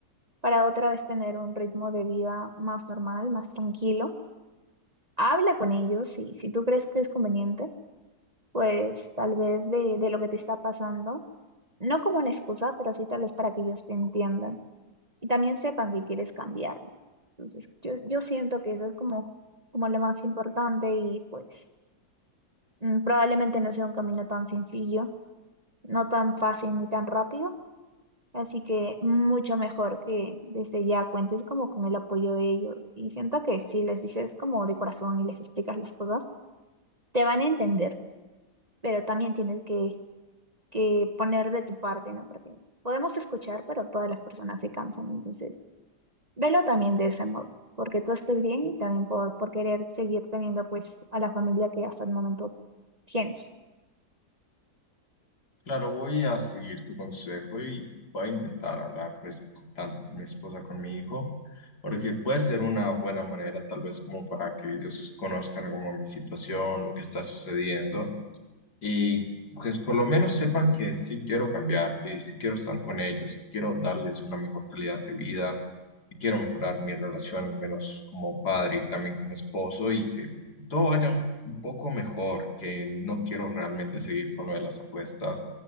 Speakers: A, on the right; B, on the left.
A: para otra vez tener un ritmo de vida más normal, más tranquilo. Habla con ellos y si tú crees que es conveniente, pues tal vez de, de lo que te está pasando, no como una excusa, pero sí tal vez para que ellos te entiendan. y también sepan que quieres cambiar. ¿no? Entonces, yo, yo siento que eso es como, como lo más importante y pues mm, probablemente no sea un camino tan sencillo, no tan fácil ni tan rápido, así que mucho mejor que desde ya cuentes como con el apoyo de ellos y siento que si les dices como de corazón y les explicas las cosas, te van a entender, pero también tienes que, que poner de tu parte, ¿no? Porque podemos escuchar, pero todas las personas se cansan, entonces... Velo también de ese modo, porque tú estés bien y también por, por querer seguir teniendo pues a la familia que hasta el momento tienes.
B: Claro, voy a seguir tu consejo y voy a intentar hablar pues con- tanto con mi esposa, con mi hijo, porque puede ser una buena manera tal vez como para que ellos conozcan como mi situación, lo que está sucediendo Y pues por lo menos sepan que sí quiero cambiar, que sí quiero estar con ellos, que quiero darles una mejor calidad de vida, que quiero mejorar mi relación al menos como padre y también como esposo y que todo vaya un poco mejor, que no quiero realmente seguir con lo de las apuestas,